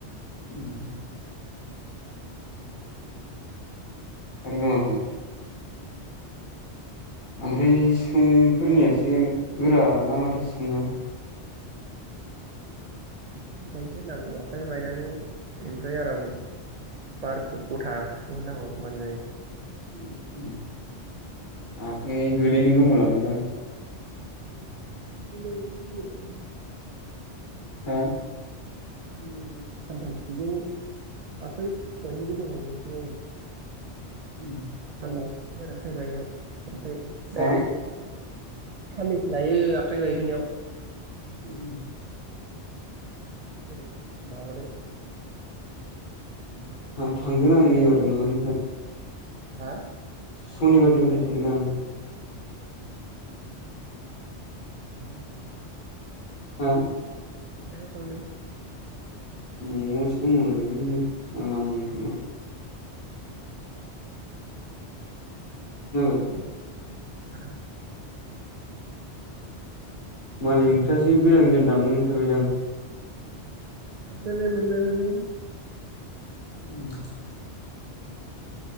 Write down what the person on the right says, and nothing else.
एसे।
उम।
आखाइ बायगोनां आखाइ बायनानै बेनिफ्राय आराम बारखौ गथा सुहोनांगौ होमबानो जायो।
<unintelligible>
साननै सानथामसोजो आफाइ बायहैगोनो हमबायसै
होद आखाइ बायनायाव। ओमफ्राय
डाइरेक साननैसो लायो आखाइ बायहोनायाव।
ओमफाय दाइरेग माबादो माबादो
आखाइ
हमनानै
हा
हो बानायाखै
आखाइ हरफ्लांदों
औ
आदा
<unintelligible> मोनबायमोनलै